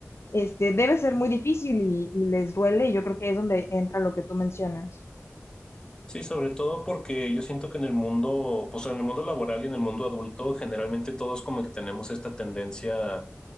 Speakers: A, on the left; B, on the left.
A: este, debe ser muy difícil y, y les duele y yo creo que es donde entra lo que tú mencionas.
B: Sí, sobre todo porque yo siento que en el mundo, pues en el mundo laboral y en el mundo adulto, generalmente todos como que tenemos esta tendencia